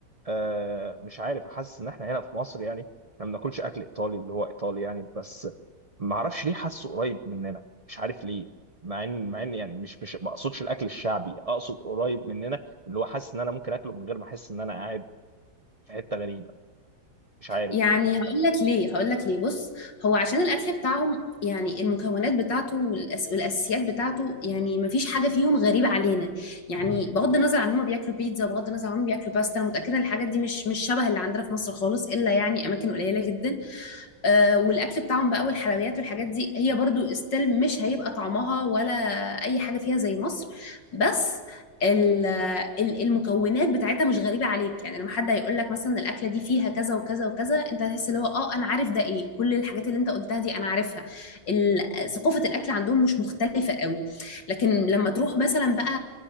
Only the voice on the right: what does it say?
آه مش عارف حاسس ان احنا هنا في مصر يعني احنا ما بناكلش اكل ايطالي اللي هو ايطالي يعني بس ما اعرفش ليه حاسه قريب مننا مش عارف ليه مع ان مع ان يعني مش مش ما اقصدش الاكل الشعبي اقصد قريب مننا اللي هو حاسس ان انا ممكن اكله من غير ما احس ان انا قاعد في حته غريبه مش عارف